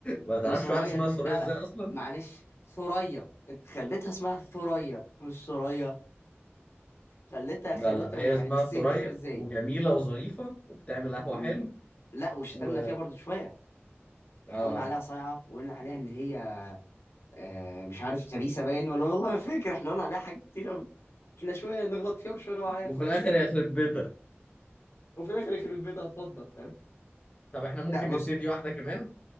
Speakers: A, on the left; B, on the left.
A: ما تعرفش
B: وسوريا
A: واحده اسمها سوريا
B: لا
A: ازاي
B: لا
A: اصلا
B: معلش ثريا انت خليتها اسمها ثريا مش سوريا خليتها
A: لا
B: خليتها
A: لا هي
B: يعني
A: اسمها
B: بالسهم
A: سوريا
B: مش فاهم ازاي
A: وجميله وظريفه وبتعمل قهوه
B: و...
A: حلو
B: لا وشتمنا
A: و
B: فيها برضو شويه
A: اه
B: احنا قلنا عليها صايعه وقلنا عليها ان هي آه مش عارف خبيثه باين ولا والله ما فاكر احنا قلنا عليها حاجات كتير قوي احنا شويه نغلط فيها وشويه نقول عليها
A: وفي
B: كويسه
A: الاخر هي خرب بيتها
B: وفي الاخر يخرب بيتها اتفضل فاهم
A: طب احنا ممكن
B: لا بص
A: نبتدي واحده كمان